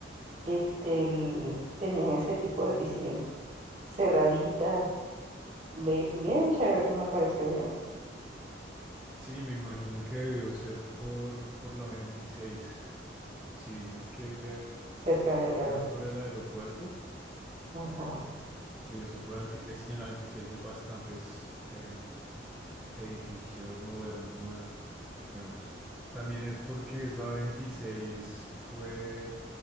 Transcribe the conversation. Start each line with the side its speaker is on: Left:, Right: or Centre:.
Right: este, el- tenían ese tipo de piscinas cerraditas, be- bien chévere, me pareció bien.
Centre: sí, me imagino que debió ser por, por la 26. Si dices que
Right: cerca del aeropuerto.
Centre: era por el aeropuerto,
Right: Ajá.
Centre: debió ser por la 26 y en la 26 hay bastantes em, edificios modernos nue- nuevos. También es porque esa 26 fue,